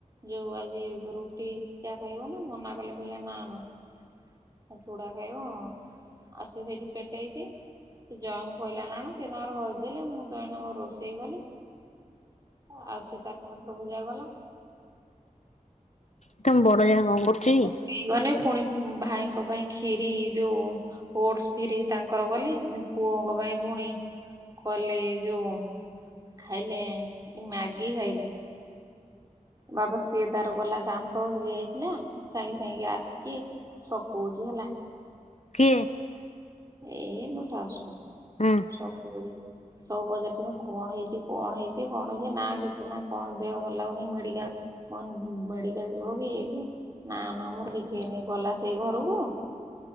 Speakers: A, on the right (about 25°); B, on the left (about 55°).
A: ଯୋଉ ଆଜି ରୁଟି ଚା ଖାଇବ ନା ମନା କଲେ କହିଲେ ନା ନା ହ ଚୁଡ଼ା ଖାଇବ ଆଉ ସେ ସେଇଠି ପେଟେଇଚି। ଜୟଙ୍କୁ କହିଲା ନା ଆଣ ସେ ତାଙ୍କର ଭଦେଲେ ମୁଁ ତଣେ ମୋର ରୋଷେଇ କଲି। ଆଉ ସେ ତାର ଠାକୁର ପୂଜା କଲା।
B: ଏଟ ମୁଁ ବଡ ଜାଗା କଣ କରୁଛି।
A: ହେଇଗନେ ପୁଣି ଭାଇଙ୍କ ପାଇଁ ଖିରି ଯୋଉ ଓଟସ ଫିରିି ତାଙ୍କର କଲି ପୁଅଙ୍କ ପାଇଁ ପୁଣି କଲି ଯୋଉ ଖାଇଲେ ମ୍ୟାଗି ଖାଇଲେ ବାପ ସିଏ ତାର ଗଲା ଦାନ୍ତ ହେଇଯାଇଥିଲା ସାଙ୍ଗେ ସାଙ୍ଗ ଆସିକି ଶକଉଛି ହେଲା
B: କିଏ?
A: ଏଇ ମୁଁ ସସୁ
B: ହୁଁ
A: ସବୁ ସବୁ ପଜାର କଣ ହେଇଛି କଣ ହେଇଛି କଣ ହେଇଛି ନା କିଛି ନା କଣ ଦେହ ଭଲ ଲାଗୁନି ମେଡିକାଲ ଅନ୍ଦ ମେଡ଼ିଗାଲ ଯିବକି ଇଏ କି? ନା ନ ମୋର କିଛି ହେଇନି ଗଲା ସେଇ ଘରକୁ